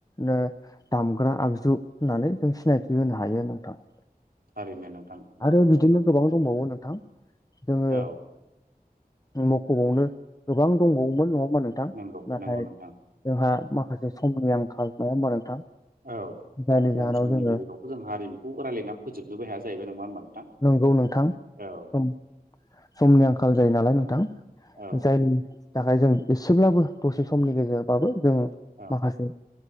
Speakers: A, on the left; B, on the right.
A: नो दामग्रा आगजु होननानै जों सिनायथि होनो हायो नोंथां।
B: थारैनो नोंथां
A: आरो
B: औ
A: बिदिनो
B: नंगौ
A: गोबां दंबावो नोंथां जोङो
B: औ
A: मखबावनो गोबां दंबावोमोन नङा होनबा नोंथां?
B: नंगौ
A: नाथाय
B: नंगौ नोंथां
A: जोंहा माखासे समनि आंखाल नङा होनबा नोंथां?
B: औ।
A: जायनि
B: खम
A: जाहोनाव
B: समनि
A: जोङो
B: गेजेरावथ जोंहा ओरैनोथ रायलायना फोजोबनोबो हाया जाहैबाय नङा होमबा नोंथां?
A: नंगौ नोंथां सम
B: औ
A: समनि आंखाल जायो नालाय नोंथां
B: औ
A: जाय थाखाय जों एसेब्लाबो दसे समनि गेजेरबाबो जों
B: औ
A: माखासे